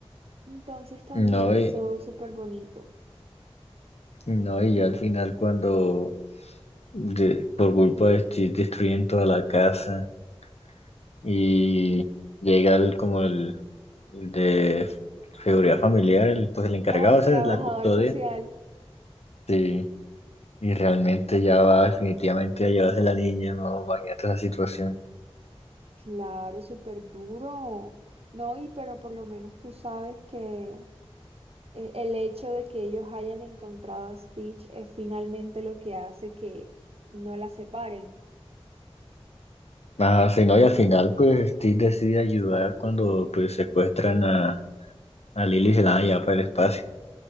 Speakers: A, on the right (about 65°); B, on the left (about 80°).
A: Entonces también
B: No,
A: eso
B: y,
A: es súper bonito.
B: no, y ya al final cuando de- por culpa de Steve destruyen toda la casa y llega el, como el, el de seguridad familiar, el, pues el encargado
A: Al
B: ese
A: trabajador
B: de la custodia,
A: social,
B: sí, y realmente ya va definitivamente a llevarse la niña, no, imagínate esa situación.
A: claro, súper duro, ¿no? Y pero por lo menos tú sabes que eh, el hecho de que ellos hayan encontrado a Stitch es finalmente lo que hace que no la separen.
B: Ajá, sí, no, y al final pues Steve decide ayudar cuando pues secuestran a, a Lily y se la van a llevar para el espacio.